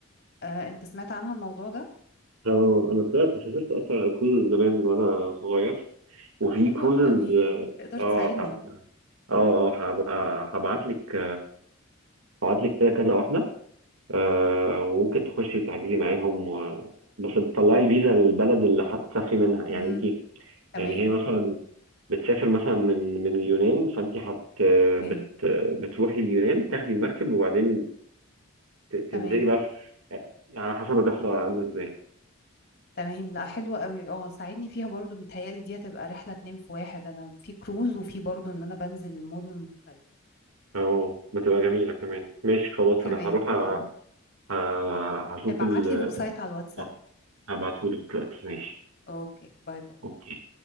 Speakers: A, on the left; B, on the right.
A: آه، انت سمعت عنها الموضوع ده
B: لو أنا طلعت سافرت أصلا على كروز زمان وأنا صغير وفي
A: طب حلو
B: كروزز
A: قوي يعني تقدر
B: اه
A: تساعدني
B: هب- اه اه هبقى هبعت لك هبعت لك كده كذا واحدة آه وممكن تخشي تحجزي معاهم و... بس بتطلعي الفيزا للبلد اللي هتسافري منها يعني
A: امم
B: انت
A: تمام
B: يعني هي مم. مثلا بتسافر مثلا من من اليونان فانت هت
A: اوكي
B: بت بتروحي اليونان تاخدي المركب وبعدين ت- تنزلي
A: تمام
B: بقى في يعني على حسب الرحلة عاملة ازاي
A: تمام لا حلوة قوي اه ساعدني فيها برضو متهيألي دي هتبقى رحلة اتنين في واحد انا في كروز وفي برضو ان انا بنزل مدن مختلفة
B: اه بتبقى جميلة كمان ماشي خلاص
A: تمام
B: انا هروح أ- مم. أ- هشوف
A: ابعت
B: ال
A: لي ويب سايت على الواتساب
B: اه هبعتهولك دلوقتي ماشي
A: اوكي باي باي
B: اوكي